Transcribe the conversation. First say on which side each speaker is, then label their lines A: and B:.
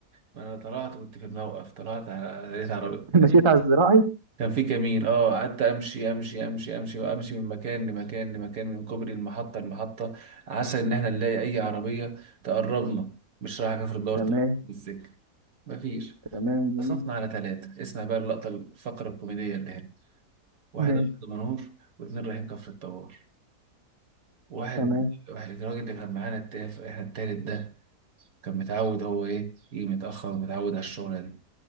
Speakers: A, on the right; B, on the right.
A: ما انا طلعت كنت في الموقف طلعت على لقيت عربية
B: <laughs> مشيت على الزراعي
A: كان في كمين اه قعدت امشي امشي امشي امشي وامشي من مكان لمكان لمكان من كوبري المحطه المحطه عسى ان احنا نلاقي اي عربيه تقربنا مش رايح كفر الدار
B: تمام
A: طبعا بالسكه مفيش
B: تمام جميل
A: صفنا على ثلاثة اسمع بقى اللقطة الفقرة الكوميدية اللي هنا واحد
B: ماشي
A: أبيض منور واتنين رايحين كفر الطوار واحد
B: تمام
A: واحد الراجل اللي كان معانا التاف احنا التالت ده كان متعود هو ايه يجي متأخر ومتعود على الشغلة دي